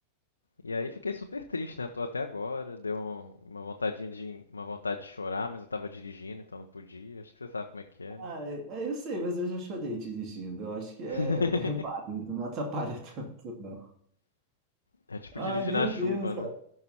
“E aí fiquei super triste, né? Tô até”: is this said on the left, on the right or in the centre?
Left